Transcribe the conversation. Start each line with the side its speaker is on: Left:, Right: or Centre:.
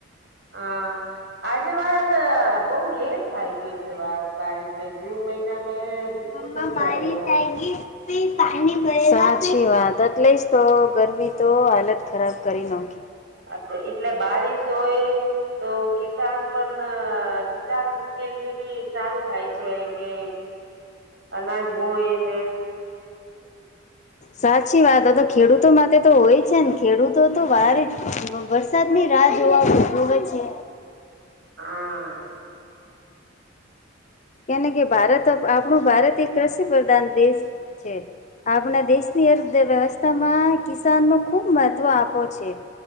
Left: <inaudible>
Right: હા આજે વાત બહુ લેટ થાય ગય છે વા બારી જૂન મહિના મે. બિલકુલ
Left: મમ
Right: નથી
Left: ભારી
Right: આવ્યો
Left: ત ગીફ ફ સાચી વાત એટલે જ તો ગરમી તો હાલત ખરાબ કરી નખ
Right: અ એટલે બારિશ હોય તો કિસાન. પણ કિસાન કે લી બી સારું થાય છે કે. અનાજ હોોયને--ઓ
Left: સાચી વાત તો ખેડૂતો માટે તો હોય છે ને ખેડૂતો તો વાારે વરસાદની રાહ જોવાવે છે.
Right: હા.
Left: કેને કે ભારત આપણું ભારત એક કૃષિ પ્રધાન દેશ છે આપણા દેશની અર્થવ્યવસ્થા માં કિસાન નો ખુબ મહત્વ આપો છે.